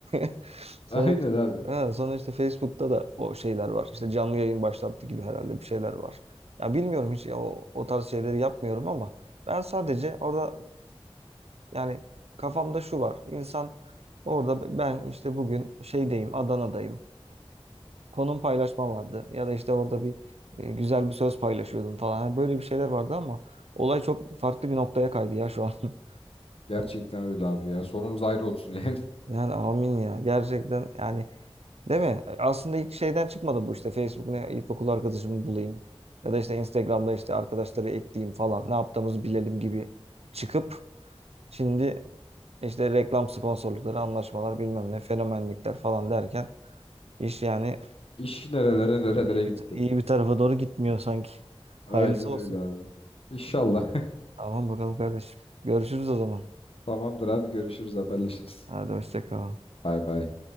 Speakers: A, on the right (about 80°); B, on the left (about 65°).
A: <laughs> Sonra
B: Aynen
A: işte
B: abi.
A: ha, sonra işte Facebook'ta da o şeyler var. İşte canlı yayın başlattı gibi herhalde bir şeyler var. Ya bilmiyorum hiç ya o, o tarz şeyleri yapmıyorum ama ben sadece orada yani kafamda şu var. İnsan orada ben işte bugün şeydeyim, Adana'dayım. Konum paylaşma vardı. Ya da işte orada bir e, güzel bir söz paylaşıyordum falan. Yani böyle bir şeyler vardı ama olay çok farklı bir noktaya kaydı ya şu an. <laughs>
B: Gerçekten öyle abi ya. Sonumuz ayrı olsun yani. <laughs>
A: Yani amin ya. Gerçekten yani değil mi? Aslında ilk şeyden çıkmadı bu işte. Facebook'ta ilkokul arkadaşımı bulayım. Ya da işte Instagram'da işte arkadaşları ekleyeyim falan. Ne yaptığımızı bilelim gibi çıkıp şimdi işte reklam sponsorlukları, anlaşmalar bilmem ne, fenomenlikler falan derken İş yani
B: İş nerelere nerelere
A: iyi
B: gitti.
A: bir, iyi bir tarafa doğru gitmiyor sanki.
B: Aynen
A: Hayırlısı olsun.
B: öyle abi. İnşallah.
A: Tamam bakalım kardeşim. Görüşürüz o zaman.
B: <laughs> Tamamdır abi görüşürüz haberleşiriz.
A: Hadi hoşça kal.
B: Bay bay.